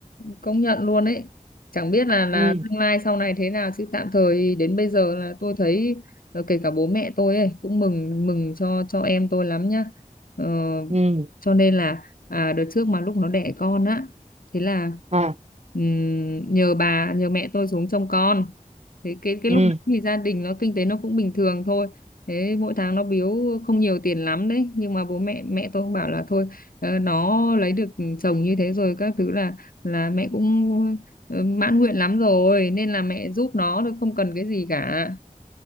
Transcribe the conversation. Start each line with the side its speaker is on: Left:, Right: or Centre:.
Left: công nhận luôn ấy chẳng biết là là
Right: ừ
Left: tương lai sau này thế nào chứ tạm thời đến bây giờ là tôi thấy ờ, kể cả bố mẹ tôi ấy cũng mừng mừng cho cho em tôi lắm nhá ờ,
Right: ừ
Left: cho nên là à, đợt trước mà lúc nó đẻ con á thế là
Right: à
Left: ừm, nhờ bà nhờ mẹ tôi xuống trông con thế cái cái
Right: ừ
Left: lúc đấy thì gia đình nó kinh tế nó cũng bình thường thôi thế mỗi tháng nó biếu không nhiều tiền lắm đấy nhưng mà bố mẹ mẹ tôi cũng bảo là thôi ờ, nó lấy được chồng như thế rồi các thứ là là mẹ cũng ờ, mãn nguyện lắm rồi nên là mẹ giúp nó thôi không cần cái gì cả